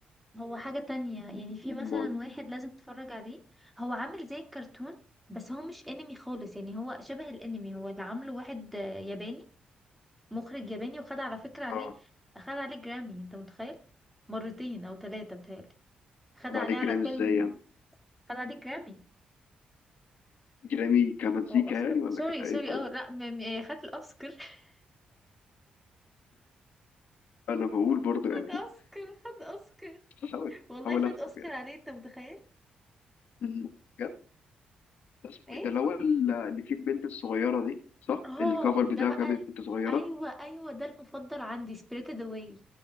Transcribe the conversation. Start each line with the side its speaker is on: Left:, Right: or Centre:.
Centre: هو حاجة تانية يعني في مثلا
Left: امال
Centre: واحد لازم تتفرج عليه هو عامل زي الكرتون بس هو مش انمي خالص يعني هو شبه الانمي هو اللي عامله واحد آه، ياباني مخرج ياباني وخد على فكرة عليه
Left: اه
Centre: خد عليه جرامي انت متخيل مرتين او ثلاثة بتهيألي خد
Left: طب
Centre: عليه
Left: عليك
Centre: على
Left: جرامي
Centre: فيلم
Left: ازاي يعني
Centre: خد عليه جرامي
Left: جرامي كمزيكا
Centre: هو اوسكار
Left: يعني ولا
Centre: سوري
Left: كايه
Centre: سوري
Left: طيب
Centre: اه لا م... م... خد الاوسكار <laughs>
Left: انا بقول برضه يعني
Centre: خد اوسكار
Left: <laughs>
Centre: خد اوسكار
Left: بحاول
Centre: والله
Left: بحاول
Centre: خد
Left: افهم
Centre: اوسكار
Left: يعني
Centre: عليه انت متخيل
Left: أمم، بجد ده اسمه
Centre: ايه
Left: ايه ده اللي هو ال- اللي فيه البنت الصغيرة دي صح
Centre: اه
Left: الكفر بتاعه
Centre: ده بقى
Left: كان بنت
Centre: ال-
Left: صغيرة
Centre: ايوه ايوه ده المفضل عندي سبirited اواي